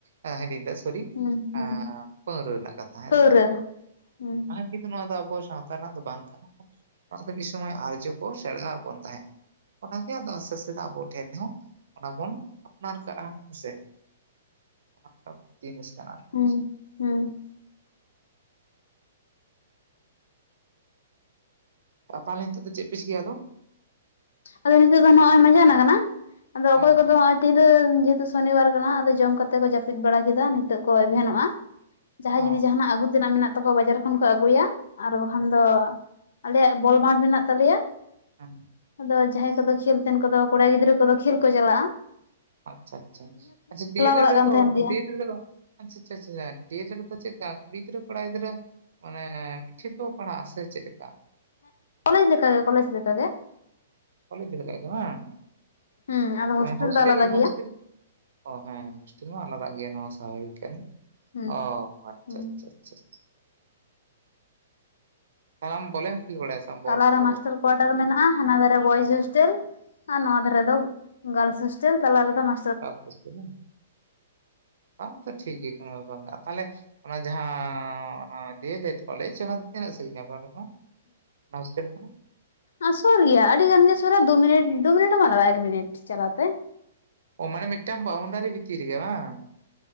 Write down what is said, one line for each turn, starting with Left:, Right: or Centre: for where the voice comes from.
Right: ᱮᱸ ᱦᱟᱺᱰᱤᱧ ᱞᱟᱹᱭ ᱫᱟ ᱥᱚᱨᱤ
Left: ᱦᱩᱸ ᱦᱩᱸ
Right: ᱟᱸ ᱯᱟᱹᱣᱨᱟᱹ ᱨᱮᱱᱟᱜ ᱠᱟᱛᱷᱟ ᱦᱮᱸᱥᱮ᱾
Left: ᱯᱟᱹᱣᱨᱟᱹ ᱦᱩᱸ
Right: ᱠᱤᱱᱛᱩ ᱱᱚᱣᱟ ᱫᱚ ᱟᱵᱚ ᱥᱟᱶᱛᱟ ᱨᱮᱱᱟᱜ ᱫᱚ ᱵᱟᱝ ᱠᱟᱱᱟ ᱯᱟᱞᱮᱱ᱾ ᱚᱱᱟ ᱫᱚ ᱢᱤᱫ ᱥᱚᱢᱚᱭ ᱟᱨᱡᱚ ᱠᱚ ᱥᱮᱬᱟᱣᱟᱜ ᱵᱚᱱ ᱛᱟᱦᱮᱸᱫ ᱚᱱᱟᱜᱮ ᱟᱫᱚ ᱟᱥᱛᱮ ᱟᱥᱛᱮ ᱛᱮ ᱟᱵᱚ ᱴᱷᱮᱱ ᱦᱚᱸ ᱼᱼ ᱚᱱᱟ ᱵᱚᱱ ᱟᱯᱱᱟᱨ ᱠᱟᱜᱼᱟ ᱦᱮᱸᱥᱮ ᱟᱯᱱᱟᱨ ᱡᱤᱱᱤᱥ᱾ ᱠᱟᱱᱟ ᱟᱨᱠᱤ᱾
Left: ᱦᱩᱸ ᱦᱩᱸ᱾
Right: ᱟ ᱛᱟᱦᱚᱞᱮ ᱪᱮᱜ ᱯᱮ ᱪᱤᱠᱟᱭᱟ ᱟᱫᱚ?
Left: ᱟᱫᱚ ᱱᱤᱛᱚᱜ ᱫᱚ ᱱᱚᱜᱼᱚᱭ ᱢᱟᱸᱡᱟᱱ ᱟᱠᱟᱱᱟ ᱾ ᱟᱫᱚ
Right: ᱦᱮᱸ
Left: ᱚᱠᱚᱭ ᱠᱚᱫᱚ ᱱᱚᱜ-ᱚᱭ ᱛᱤᱨᱟᱹ ᱡᱮᱦᱮᱛᱩ ᱥᱚᱱᱤᱵᱟᱨ ᱠᱟᱱᱟ ᱟᱫᱚ ᱡᱚᱢ ᱠᱟᱛᱮ ᱠᱚ ᱡᱟᱹᱯᱤᱫ ᱵᱟᱲᱟ ᱠᱮᱫᱟ ᱱᱤᱛᱚᱜ ᱠᱚ ᱮᱵᱷᱮᱱᱚᱜᱼᱟ ᱾ ᱡᱟᱦᱟᱸᱭ
Right: ᱚ
Left: ᱡᱩᱫᱤ ᱡᱟᱦᱟᱱᱟᱜ ᱟᱹᱜᱩ ᱛᱮᱱᱟᱜ ᱢᱮᱱᱟᱜ ᱛᱟᱠᱚᱣᱟ ᱵᱟᱡᱟᱨ ᱠᱷᱚᱱ ᱠᱚ ᱟᱹᱜᱩᱭᱟ ᱟᱨ ᱵᱟᱠᱷᱟᱱ
Right: ᱦᱮᱸ
Left: ᱫᱚᱹᱹᱹᱹ ᱟᱞᱮᱭᱟᱜ ᱵᱚᱞ ᱢᱟᱴ ᱢᱮᱱᱟᱜ ᱛᱟᱞᱮᱭᱟ ᱾
Right: ᱦᱮᱸᱜ ᱾
Left: ᱟᱫᱚ ᱡᱟᱦᱟᱸᱭ ᱠᱚᱫᱚ ᱠᱷᱮᱹᱞ ᱛᱮᱱ ᱠᱚᱫᱚ ᱠᱚᱲᱟ ᱜᱤᱫᱽᱨᱟᱹ ᱠᱚᱫᱚ ᱠᱷᱮᱹᱞ ᱠᱚ ᱪᱟᱞᱟᱜᱼᱟ ᱾
Right: ᱟᱪᱪᱷᱟ- ᱟᱪᱪᱷᱟ -ᱟᱪᱪᱷᱟ ᱰᱤᱮᱞᱮᱰ
Left: ᱵᱟᱲᱟᱜ
Right: ᱨᱮᱫᱚ
Left: ᱠᱟᱱ ᱛᱟᱦᱮᱱ ᱜᱮᱭᱟ
Right: ᱰᱤᱭᱮᱰ ᱨᱮᱫᱚ ᱼᱼ ᱟᱪᱪᱷᱟ ᱪᱷᱟ ᱪᱷᱟ ᱰᱤᱮᱞᱮᱰ ᱨᱮᱫᱚ ᱪᱮᱜ ᱞᱮᱠᱟ ᱠᱩᱲᱤᱜᱤᱫᱽᱨᱟᱹ ᱠᱚᱲᱟᱜᱤᱫᱽᱨᱟᱹ? ᱢᱟᱱᱮᱻ ᱢᱤᱫᱴᱷᱮ ᱠᱚ ᱯᱟᱲᱦᱟᱜ-ᱟ ᱥᱮ ᱪᱮᱫ ᱞᱮᱠᱟ?
Left: ᱠᱚᱞᱮᱡᱽ ᱞᱮᱠᱟᱜᱮ ᱠᱚᱞᱮᱡᱽ ᱞᱮᱠᱟᱜᱮ ᱾
Right: ᱠᱚᱞᱮᱡᱽ ᱞᱮᱠᱟᱜᱮ ᱵᱟᱝ?
Left: ᱦᱩᱸ ᱟᱫᱚ
Right: ᱥᱮ ᱚᱱᱟ ᱦᱳᱥᱴᱮᱞ-
Left: ᱫᱚ ᱟᱞᱟᱫᱟ
Right: ᱦᱳᱥᱴᱮᱹᱞ
Left: ᱜᱮᱭᱟ
Right: ᱼᱼ ᱚ ᱦᱮᱸ ᱦᱳᱥᱴᱮᱹᱞ ᱢᱟ ᱟᱞᱟᱫᱟᱜ ᱜᱮᱭᱟ ᱱᱚᱣᱟ ᱥᱟᱵᱷᱟᱵᱤᱠ ᱠᱟᱱᱟ
Left: ᱦᱩᱸ
Right: ᱚ ᱟᱪᱪᱷᱟ
Left: ᱦᱩᱸ
Right: ᱟᱪᱪᱷᱟ ᱟᱪᱪᱷᱟ ᱾ ᱛᱟᱞᱦᱮ ᱟᱢ ᱵᱚᱞᱮᱢ ᱠᱷᱮᱞ ᱵᱟᱲᱟᱭᱟ ᱥᱮ? ᱵᱟᱝ ᱵᱚᱞ
Left: ᱛᱟᱞᱟᱨᱮ
Right: ᱠᱚ
Left: ᱢᱟᱥᱴᱟᱨ ᱠᱚᱳᱣᱟᱴᱟᱨ ᱢᱮᱱᱟᱜᱼᱟ ᱦᱟᱱᱟ ᱫᱷᱟᱨᱮ ᱵᱚᱭᱮᱡᱽ ᱦᱳᱥᱴᱮᱹᱞ ᱾ ᱟᱨ ᱱᱚᱣᱟ ᱫᱷᱟᱨᱮᱫᱚ ᱜᱟᱨᱻᱞ ᱦᱳᱥᱴᱮᱹᱞ ᱛᱟᱞᱟ ᱨᱮᱫᱚ ᱹᱹᱹᱹ ᱾
Right: ᱟᱯᱮ ᱥᱮᱫ ᱫᱚ? ᱚᱱᱛᱮ ᱴᱷᱤᱠ ᱜᱮᱭᱟ ᱠᱳᱱᱳ ᱵᱮᱯᱟᱨ ᱵᱟᱝ ᱛᱟᱦᱚᱞᱮ ᱚᱱᱟ ᱡᱟᱦᱟᱸ ᱚᱱᱟ ᱰᱤᱣᱮᱹᱞᱮᱹᱰ ᱠᱚᱞᱮᱡᱽ ᱚᱱᱟ ᱫᱚ ᱛᱤᱱᱟᱹᱜ ᱥᱟᱹᱜᱤᱧᱟ ᱟᱯᱮᱴᱷᱮᱱ ᱠᱷᱚᱱ? ᱦᱚᱥᱴᱮᱹᱞ ᱠᱷᱚᱱ
Left: ᱟᱨ ᱥᱳᱨ ᱜᱮᱭᱟ ᱟᱹᱰᱤ ᱜᱟᱱ ᱜᱮ ᱥᱳᱨᱟ ᱫᱩ ᱢᱤᱱᱤᱴ ᱫᱩ ᱢᱤᱱᱤᱴ ᱦᱚᱸ ᱵᱟᱝ ᱞᱟᱜᱟᱜᱼᱟ ᱮᱠ ᱢᱤᱱᱤᱴ ᱪᱟᱞᱟᱣ ᱛᱮ ᱾
Right: ᱳᱸ ᱢᱟᱱᱮ ᱢᱤᱫᱴᱟᱝ ᱵᱟᱣᱩᱱᱰᱟᱨᱤ ᱵᱷᱤᱛᱤᱨ ᱨᱮ ᱜᱮ ᱵᱟᱝ?